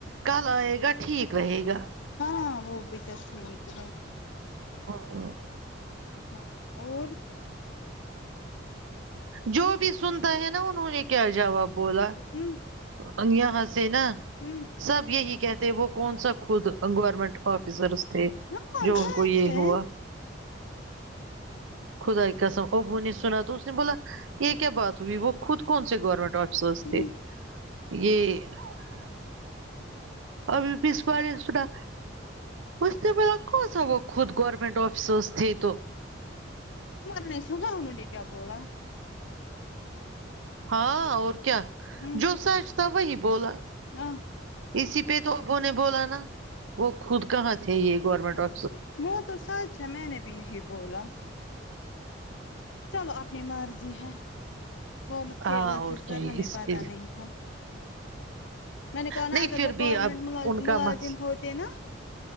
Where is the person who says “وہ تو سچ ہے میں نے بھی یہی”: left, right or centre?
Left